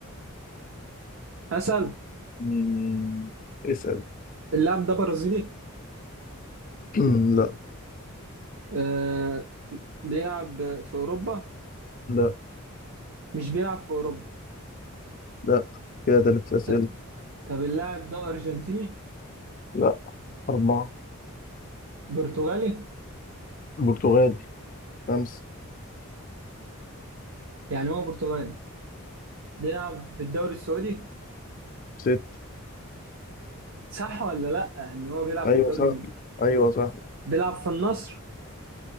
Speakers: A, on the right; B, on the left.
A: اسال
B: مم. اسأل
A: اللاعب ده برازيلي
B: <clears throat> أمم، لا
A: آه بيلعب في أوروبا
B: لا
A: مش بيلعب في أوروبا
B: لا كده تلات أسئلة
A: ط- طب اللاعب ده أرجنتيني
B: لا أربعة
A: برتغالي
B: برتغالي خمسة
A: يعني هو برتغالي بيلعب في الدوري السعودي
B: ست
A: صح ولا لأ إن هو بيلعب
B: أيوة
A: في الدوري
B: صح
A: الم-
B: أيوة صح
A: بيلعب في النصر